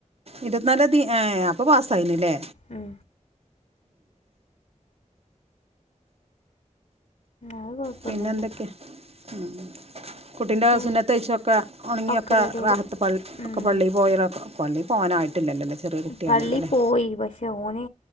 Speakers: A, on the right; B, on the left.
A: ഇരൊത് നാലാന്തി ഏ അപ്പൊ പാസ്സായിണ് ലേ
B: ഉം അത് കുഴപ്പമൊന്നുമില്ല
A: പിന്നെന്തൊക്കെ? ഉം കുട്ടിന്റെ
B: വേ
A: സുന്നത്തയ്ച്ചതൊക്കെ ഒണങ്ങിയൊക്ക
B: ഒക്കെ റെഡിയായി
A: റാഹത്ത് പളളി
B: ഉം.
A: ഒക്കെ പള്ളി പോയതാ പള്ളി പോകാനായിട്ടില്ലല്ലോ. ചെറിയ കുട്ടിയാണല്ലോ
B: പള്ളി
A: അല്ലേ
B: പോയി പക്ഷെ ഓന്